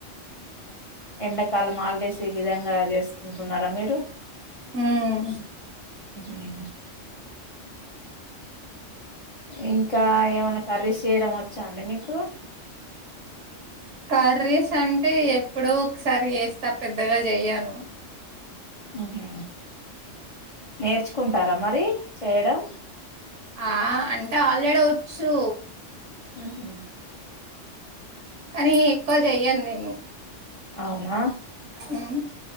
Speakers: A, on the left (about 30°); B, on the right (about 70°).
A: ఎండకాలమ్ హాలీడ్స్ ఈ విధంగా జెసుకుంటున్నారా మీరు.
B: ఉమ్
A: ఉమ్. ఇంకా ఏమన్న కర్రీస్ జెయడం వోచ్చా అండి మీకు.
B: కర్రీస్ అంటే ఎప్పుడో ఒకసారి ఎస్తా పెద్దగా జెయ్యను
A: ఆహ. నేర్చుకుంటారా మరి చేయడం.
B: ఆ అంటే ఆల్రెడీ ఓచ్చు.
A: ఉహు.
B: కానీ ఎక్కువ జెయ్యాను నేను.
A: అవునా.
B: ఉహు.